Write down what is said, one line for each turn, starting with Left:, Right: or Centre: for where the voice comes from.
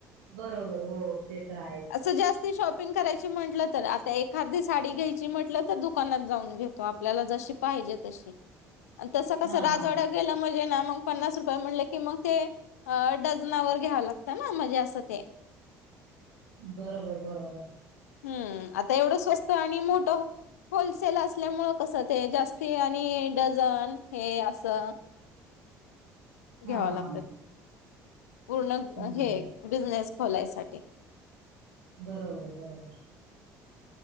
Right: बरोबर हो, ते तर हाये.
Left: असं जास्ती शॉपिंग करायची म्हंटलं तर, आता एकार्दी साडी घ्यायची, म्हटलं तर दुकानात जाऊन घेतो, आप ल्याला जशी पाहिजे, तशी अन् तस-कसं
Right: हा
Left: रा
Right: हा
Left: तिथं गेलं म्हणजे ना, मंग ते पन्नास रुपये म्हटले की, मंग ते अ डझनावर घ्यावं लागतं ना, म्हणजे असं ते.
Right: बरोबर बरोबर.
Left: हम्म, आता एवढं स्वस्त, आणि मोठं होलसेल असल्यामुळ, कसं ते जास्ती आणि डझन, हे असं
Right: <inaudible>
Left: घ्यावा
Right: हा
Left: लागत्यात,
Right: हा
Left: पूर्ण
Right: हम्म
Left: हे बिझनेस खोलायसाठी.
Right: बरोबर, बरोबर.